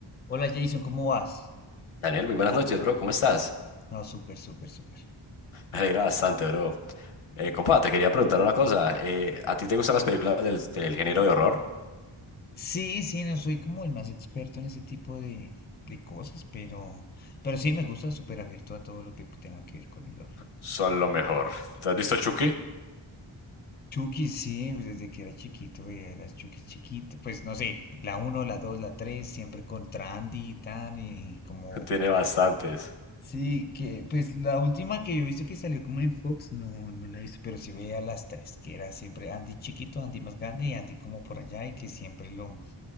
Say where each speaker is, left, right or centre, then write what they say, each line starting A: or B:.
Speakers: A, on the left; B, on the left.
A: Hola Jason, ¿cómo vas?
B: Daniel, muy buenas noches, bro. ¿Cómo estás?
A: No, súper, súper, súper.
B: Me alegra bastante, bro. Eh, compa, te quería preguntar una cosa. eh, ¿a ti te gustan las películas del, del género de horror?
A: Sí, sí, no soy como el más experto en ese tipo de, de cosas, pero, pero sí me gusta súper abierto a todo lo que tenga que ver con el horror.
B: Son lo mejor. ¿Te has visto Chucky?
A: Chucky, sí, pues, desde que era chiquito veía las Chucky chiquitas, pues no sé, la uno, la 2, la 3, siempre contra Andy y tan, y como,
B: <laughs> Tiene bastantes.
A: sí, que, pues la última que yo he visto que salió como en Fox, no, no la he visto, pero sí veía las tres, que era siempre Andy chiquito, Andy más grande y Andy como por allá, y que siempre lo,